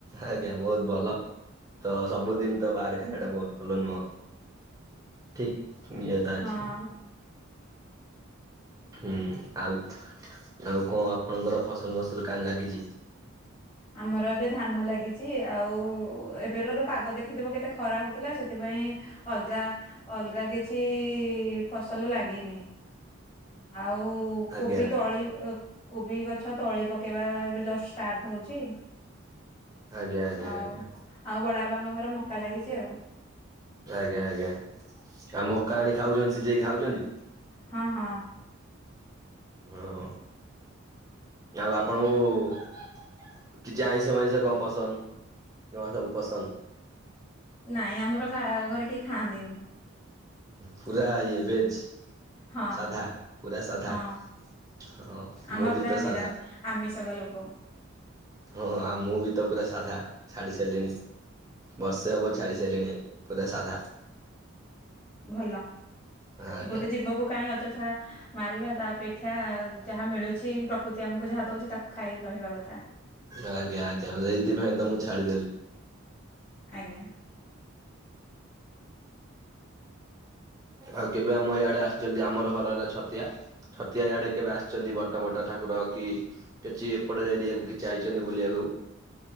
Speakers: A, on the right; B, on the left.
A: ଆଜ୍ଞା ବହୁତ ଭଲ ତ ସବୁ ଦିନ ତ ବାହାରେ ଖାଇବା ଭଲ ନୁହଁ। ଠିକ ନିଏ ତା
B: ହଁ
A: ଅଛି। ହୁଁ ଆଉ ଆଉ କଣ ଆପଣଙ୍କର ଫସଲ ମସଲ କାଁ ଲାଗିଚି?
B: ଆମର ଏବେ ଧାନ ଲାଗିଛି ଆଉ ଏବେର ତ ପାଗ ଦେଖିଥିବ ତ କେତେ ଖରା ହଉଥିଲା ସେଥିପାଇଁ ଅଲଗା ଅଲଗା କିଛି ଫସଲ ଲାଗିନି। ଆଉ
A: ଆଜ୍ଞା
B: କୋବି ତଳି ଅ କୋବି ଗଛ ତଳି ପକେଇବା ଏବେ ଜଷ୍ଟ ଷ୍ଟାର୍ଟ ହଉ ଛି
A: ଆଜ୍ଞା ଆଜ୍ଞା
B: ଆଉ
A: ଆଜ୍ଞା
B: ଆଉ ବଡ ବାବାଙ୍କ ଘରେ ମକା ଲାଗିଚି ଆଉ।
A: ଆଜ୍ଞା ଆଜ୍ଞା ଆଉ ମକା ଆଣି ଖାଉଛନ୍ତି ସିଜେଇକି ଖାଉଛନ୍ତି।
B: ହଁ ହଁ।
A: ଓହୋ ଆଉ ଆପଣଙ୍କୁ କିଛି ଆଇଁଷ ମାଇଁଷ କଣ ପସନ୍ଦ କଣ ସବୁ ପସନ୍ଦ?
B: ନାଇଁ ଆମର ଗାଁ ଘରେ କେହି ଖାଆନ୍ତିନି।
A: ପୁରା ଇଏ ଭେଜ୍।
B: ହଁ
A: ସାଧା ପୁରା ସାଧା
B: ହଁ
A: ହଁ
B: ଆମର
A: ମୁଁ
B: ପୁରା
A: ବି ତ
B: ନିରାମ
A: ସାଧା।
B: ଆମିଷକା ଲୋକ
A: ହଁ ଆଉ ମୁଁ ବି ତ ପୁରା ସାଧା ଛାଡିିସାରିଲିଣି। ବର୍ଷେ ହବ
B: ହୁଁ
A: ଛାଡି ସାରିଲିଣି ପୁରା ସାଧା।
B: ଭଲ
A: ଆଜ୍ଞା
B: ଗୋଟେ ଜୀବ କୁ କାହିଁକି ଅଯଥା ମାରିବା ତା ଅପେକ୍ଷା ଯାହା ମିଳୁଛି ପ୍ରକୃତି ଆମକୁ ଯାହା ଦୋଉଚି ତାକୁ ଖାଇ ରହିବା କଥା।
A: ଆଜ୍ଞା ଆଜ୍ଞା ହେଇଥି ପାଇଁ ତ ମୁଁ ଛାଡ଼ିଦେଲି।
B: ଆଜ୍ଞା।
A: ଆଉ କେବେ ଆମ ଇଆଡେ ଆସଚନ୍ତି ଆମର ଘର ହେଲା ଛତିଆ। ଛତିଆ ଇଆଡେ କେବେ ଆସୁଛନ୍ତି ବଡ ବଡ଼ ଠାକୁର କି କିଛି ଏପଟେ ଏରିଆକୁ କିଛି ଆଇଚନ୍ତି ବୁଲିବାକୁ?